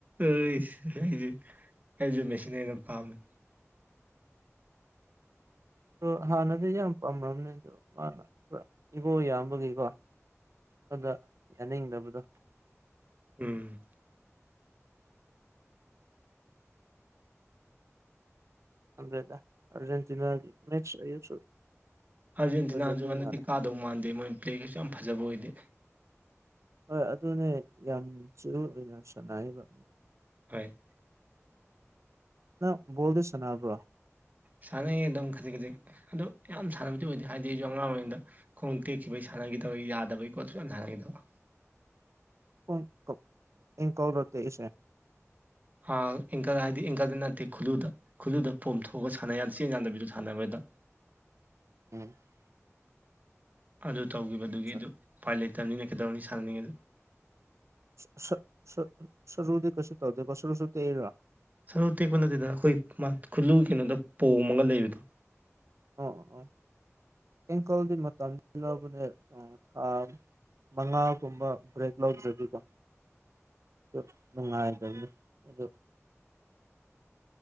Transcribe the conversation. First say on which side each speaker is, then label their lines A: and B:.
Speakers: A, on the right; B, on the right.
A: ꯑꯩꯁ ꯑꯩꯖꯨ ꯑꯩꯖꯨ ꯃꯦꯁꯤꯅ ꯍꯦꯟꯅ ꯄꯥꯝꯃꯤ
B: ꯑꯣ ꯍꯥꯟꯅꯗꯤ ꯌꯥꯝ ꯄꯥꯝꯕꯅꯦ ꯑꯗꯣ ꯃꯥꯅ ꯄꯨꯔ ꯏꯒꯣ ꯌꯥꯝꯕꯒꯤꯀꯣ ꯑꯗꯨꯗ ꯌꯥꯅꯤꯡꯗꯕꯗꯣ
A: ꯎꯝ
B: <unintelligible> ꯗꯦꯗ ꯑꯔꯖꯦꯟꯇꯤꯅꯥ ꯃꯦꯠꯁ <unintelligible>
A: ꯑꯥꯔꯖꯦꯟꯇꯤꯅꯥꯁꯨ
B: ꯐꯖꯗꯣꯏ
A: ꯍꯟꯗꯛꯇꯤ
B: ꯃꯥꯜꯂꯦ
A: ꯀꯥꯗꯧ ꯃꯥꯟꯗꯦ ꯃꯣꯏ ꯄ꯭ꯂꯦꯒꯩꯁꯨ ꯌꯥꯝ ꯐꯖꯕ ꯑꯣꯏꯗꯦ
B: ꯍꯣꯏ ꯑꯗꯨꯅꯦ ꯌꯥꯝ ꯆꯨꯔꯨ ꯑꯣꯏꯅ ꯁꯥꯟꯅꯩꯕ
A: ꯍꯣꯏ
B: ꯅꯪ ꯕꯣꯜꯗꯨ ꯁꯅꯥꯕ꯭ꯔꯣ
A: ꯁꯥꯟꯅꯩꯌꯦ ꯑꯗꯨꯝ ꯈꯖꯤꯛ ꯈꯖꯤꯛ ꯑꯗꯣ ꯌꯥꯝ ꯁꯥꯟꯅꯕꯗꯤ ꯑꯣꯏꯗꯦ ꯍꯥꯏꯗꯤ ꯑꯩꯁꯨ ꯑꯉꯥꯡ ꯑꯣꯏꯔꯤꯉꯩꯗ ꯈꯣꯡ ꯇꯦꯛꯈꯤꯕꯒꯤ ꯁꯥꯟꯅꯈꯤꯗꯕꯒꯤ ꯌꯥꯗꯕꯩꯀꯣ ꯑꯗꯨ ꯁꯨꯁꯥꯟ ꯁꯥꯟꯅꯈꯤꯗꯕ
B: ꯈꯣꯡ ꯑꯦꯡꯀꯜꯔꯣ ꯇꯦꯛꯏꯁꯦ
A: ꯑꯥ ꯑꯦꯡꯀꯜ ꯍꯥꯏꯗꯤ ꯑꯦꯡꯀꯜꯗ ꯅꯠꯇꯦ ꯈꯨꯜꯂꯨꯗ ꯈꯨꯜꯂꯨꯗ ꯄꯣꯝꯣꯛꯑꯒ ꯁꯥꯟꯅ ꯌꯥ ꯆꯦꯡ ꯌꯥꯟꯗꯕꯤꯗꯨ ꯁꯥꯟꯅꯕꯗ
B: <unintelligible>
A: ꯑꯗꯨ ꯇꯧꯈꯤꯕꯗꯨꯒꯤ
B: ꯁ
A: ꯑꯗꯨ ꯎꯄꯥꯏ ꯂꯩꯇꯕꯅꯤꯅ ꯀꯩꯗꯧꯔꯅꯤ ꯁꯥꯟꯅꯅꯤꯡꯉꯁꯨ
B: <unintelligible> ꯁꯔꯨꯗꯤ ꯀꯩꯁꯨ ꯇꯧꯗꯦꯀꯣ ꯁꯔꯨ ꯁꯨ ꯇꯦꯛꯏꯔꯥ
A: ꯁꯔꯨ ꯇꯦꯛꯄ ꯅꯠꯇꯦꯗ ꯑꯩꯈꯣꯏ ꯈꯨꯜꯂꯨ ꯀꯩꯅꯣꯗ ꯄꯣꯝꯃꯒ ꯂꯩꯕꯗꯣ
B: ꯑꯣ ꯑꯣ ꯑꯣ ꯑꯦꯡꯀꯜꯗꯤ ꯃꯇꯝ <unintelligible> ꯕꯅꯦ ꯑ ꯊꯥ ꯃꯉꯥꯒꯨꯝꯕ ꯕ꯭ꯔꯦꯛ ꯂꯧꯗꯔꯗꯤꯀꯣ ꯑꯗꯨ ꯅꯨꯡꯉꯥꯏꯗꯕꯅꯦ ꯑꯗꯨ